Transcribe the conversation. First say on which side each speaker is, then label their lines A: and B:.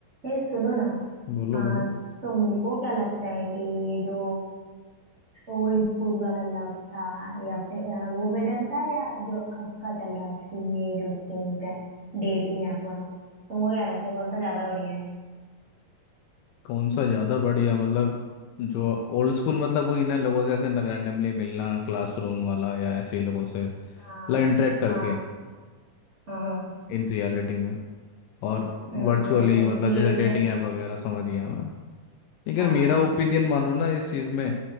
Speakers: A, on the right (about 20°); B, on the left (about 80°).
A: ये सुनो ना
B: बोलो
A: आ,
B: बोलो
A: तुमको क्या लगता है कि ये जो ओल्ड स्कूल वाला लव था या फिर आ, वो बेटर था या जो अब का चल रहा है ये जो सीन पे डेटिंग ऐप वाला तुमको क्या लगता है कौन सा ज्यादा बढ़िया है
B: कौन सा ज़्यादा बढ़िया मतलब जो ओल्ड स्कूल मतलब वही ना लोगों से ऐसे रैंडमली मिलना क्लासरूम वाला या ऐसे ही लोगों से मतलब
A: हाँ
B: इंटरेक्ट करके
A: हाँ हाँ हाँ
B: इन रियलिटी में और
A: हाँ,
B: वर्चुअली
A: वो जो
B: मतलब
A: लेट
B: जैसे डेटिंग ऐप वगैरह समझ गया मैं
A: हाँ
B: लेकिन अगर मेरा ओपिनियन मानो ना इस चीज़ में